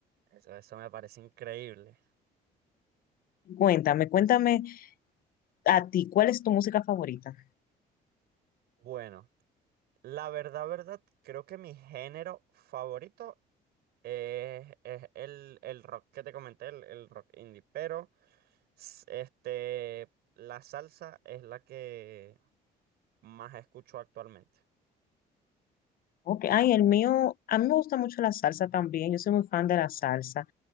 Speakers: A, on the right; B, on the left.
A: eso, eso me parece increíble.
B: Cuéntame, cuéntame a ti, ¿cuál es tu música favorita?
A: Bueno, la verdad, verdad, creo que mi género favorito es, es el, el rock que te comenté, el, el rock indie, pero s- este, la salsa es la que más escucho actualmente.
B: Ok, ay, el mío, a mí me gusta mucho la salsa también. Yo soy muy fan de la salsa.